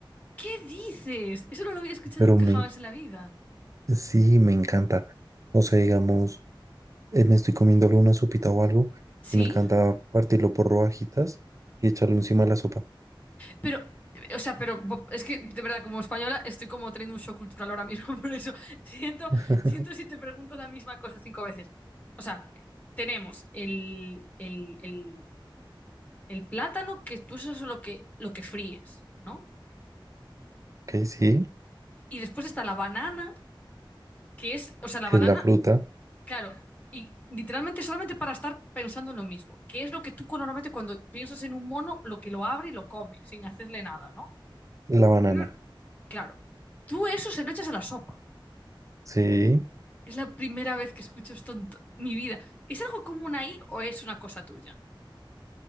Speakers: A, on the left (about 20°); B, on the right (about 40°).
A: ¿Qué dices? Eso no lo había escuchado
B: pero
A: nunca
B: me,
A: jamás en la vida.
B: sí, me encanta. O sea, digamos... eh, me estoy comiendo una sopita o algo
A: Sí,
B: y me encanta partirlo por rodajitas y echarlo encima de la sopa.
A: pero, o sea, pero bo- es que de verdad, como española, estoy como teniendo un shock cultural ahora mismo, <laughs> por eso siento,
B: <laughs>
A: siento si te pregunto la misma cosa cinco veces. O sea, tenemos el, el, el- el plátano, que tú eso es lo que, lo que fríes, ¿no?
B: Ok, sí,
A: Y después está la banana, que es, o sea, la
B: es
A: banana.
B: la fruta,
A: Claro, y literalmente solamente para estar pensando en lo mismo, que es lo que tú cu- normalmente cuando piensas en un mono, lo que lo abre y lo come, sin hacerle nada, ¿no?
B: la banana.
A: Creo- Claro, tú eso se lo echas a la sopa.
B: Sí,
A: Es la primera vez que escucho esto en to- mi vida. ¿Es algo común ahí o es una cosa tuya?